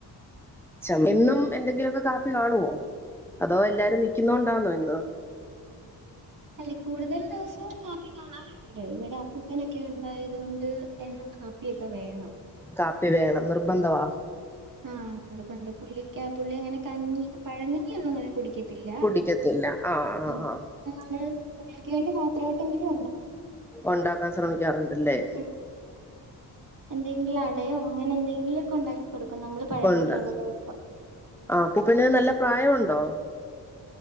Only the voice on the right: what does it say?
അല്ല കൂടുതൽ ദിവസവും കപ്പി കാണാറുണ്ട് ണ്ട് ഇവിടെ അപ്പൂപ്പനൊക്കെ ഉണ്ടായത് കൊണ്ട് എന്നും കാപ്പിയൊക്കെ വേണം
ആഹ് നിർബന്ധ പുള്ളിക്ക പുള്ളി അങ്ങനെ കഞ്ഞി പഴങ്ങഞ്ഞി ഒന്നും ഇങ്ങനെ കുടിക്കതില്ല
ല്ല
പിന്ന നമ്മള് പുള്ളിക്ക് വേണ്ടി മാത്രട്ടങ്കിലും
ഉം. എന്തെങ്കിലും അടയോ അങ്ങനെ എന്തെങ്കിലുംക്ക ഉണ്ടാക്ക കൊടുക്കും നമ്മള് പഴങ്ങഞ്ഞിയുള്ള
ദിവസം